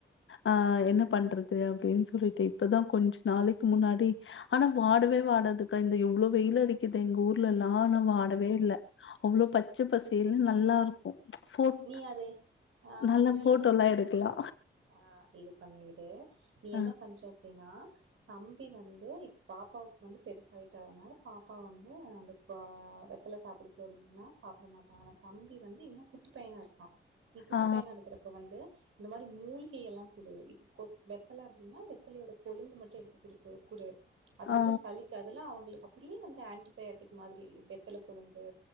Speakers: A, on the left (about 70°); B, on the right (about 75°).
A: ஆ என்ன பண்றது அப்டின் சொல்லிட்டு இப்பதா கொஞ்சோ நாளைக்கு முன்னாடி ஆனா வாடவே வாடாதுக்கா இந்த இவ்ளோ வெயில் அடிக்குது எங்க ஊர் இல்ல லான வாடவே
B: ம்
A: இல்ல
B: ம்
A: அவ்ளோ பச்ச
B: ஆ
A: பசேல்ன் நல்லாருக்கு ஃபோட்
B: நீ அது ஆ
A: நல்லா
B: நீ
A: ஃபோட்டோலா
B: என்ன
A: எடுக்கலா
B: ஆ இது பண்ணிவிடு நீ
A: ஆ
B: என்ன பண்ற அப்டினா தம்பி வந்து இப்ப பாப்பாவுக்கு வந்து பெருசாய்ட்ட அதனால பாப்பா வந்து அந்த ஆ அ வெத்தல சாப்பட சொன்னா சாப்ட மாட்டா ஆனா தம்பி வந்து இன்னு குட்டி பையனாருக்கா நீ குட்டி
A: ஆ
B: பையனா இருக்குறப்ப வந்து இந்த மாரி மூலீகையெல்லா குடு இது கொ வெத்தல அப்டினா வெத்தலையோட கொழுந்து மட்டு எடுத்துக் இருக்கு கூடியது அது வந்து
A: ஆ
B: சளிக்கதுல்லா அவங்ளுக் அப்புடியே வந்து ஆன்டிபயாட்டிக் மாதிரி வெத்தல கொழுந்து